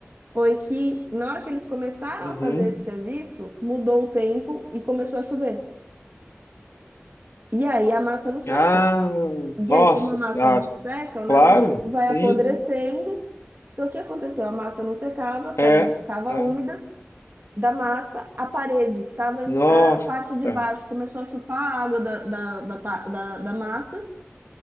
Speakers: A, on the right (about 45°); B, on the left (about 75°).
A: foi que na hora que eles começaram
B: Uhum.
A: a fazer esse serviço, mudou o tempo e começou a chover. E aí a massa não seca.
B: Ah, nossa
A: E aí, como a massa
B: senhora.
A: não seca, o negócio
B: Claro,
A: vai
B: sim.
A: apodrecendo. Só que aconteceu? A massa não secava, a parede
B: É,
A: ficava
B: é.
A: úmida. Da massa, a parede, que estava
B: Nossa.
A: a a parte de baixo, começou a chupar a água da, da, da, pa- da, da massa